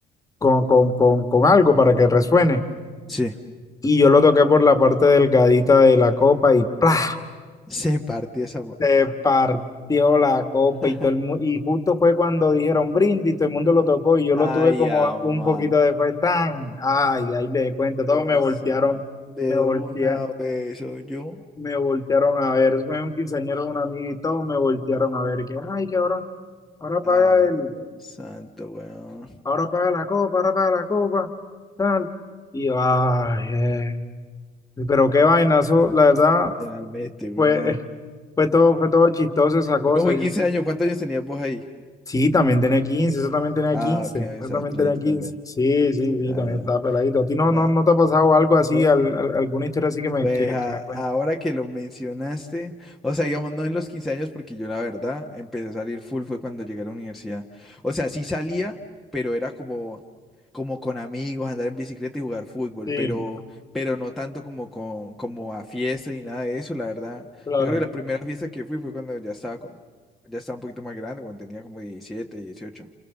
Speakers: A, on the left (about 20°); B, in the centre.
A: con, con, con, con algo para que resuene.
B: Sí.
A: Y yo lo toqué por la parte delgadita de la copa y ¡plá!
B: Se partió esa. mo-
A: Se partió la copa
B: <laughs>
A: y todo el mu- y justo fue cuando dijeron brindis, todo el mundo lo tocó y yo
B: Ay,
A: lo tuve como
B: ama.
A: un poquito después, tan, ay, ahí le cuento,
B: Dios
A: todos me voltearon,
B: santo. De
A: me voltea,
B: una vez soy yo.
A: me voltearon a ver, fue un quinceañero de un amigo y todos me voltearon a ver, que ay, que ahora, ahora paga
B: Ay,
A: el,
B: Dios santo, weón.
A: ahora paga la copa, ahora paga la copa, tal, y yo, ay, eh, pero qué vainazo, la verdad,
B: Literalmente, weón.
A: fue, <laughs> fue todo, fue todo chistoso esa cosa,
B: Pero fui
A: yo
B: 15 años, ¿cuántos años tenías vos ahí?
A: Sí, también tenía 15 eso también tenía
B: Ah,
A: quince
B: ok, estabas
A: eso también
B: peladito
A: tenía quince
B: también.
A: Sí, sí,
B: Ya,
A: sí, también
B: ya.
A: estaba peladito. ¿A ti no,
B: Ya.
A: no, no te ha pasado algo así,
B: De-
A: al- al- alguna historia así que me,
B: pues
A: que,
B: a-
A: que me cuentes?
B: ahora que lo mencionaste, o sea, digamos, no en los 15 años, porque yo la verdad empecé a salir full fue cuando llegué a la universidad. O sea, sí salía, pero era como, como con amigos, andar en bicicleta y jugar fútbol,
A: Sí,
B: pero, pero no tanto como, con- como a fiestas ni nada de eso, la verdad.
A: claro.
B: Yo creo que la primera fiesta que fui fue cuando ya estaba, con- ya estaba un poquito más grande, cuando tenía como 17, dieciocho,